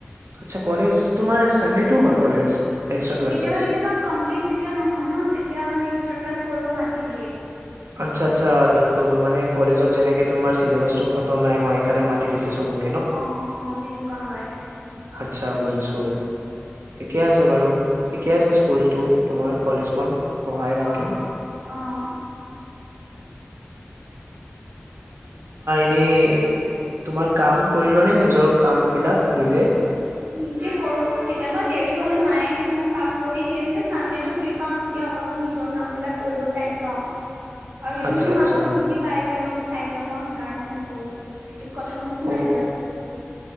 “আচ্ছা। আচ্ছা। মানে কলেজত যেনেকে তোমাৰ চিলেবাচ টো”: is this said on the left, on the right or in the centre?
Right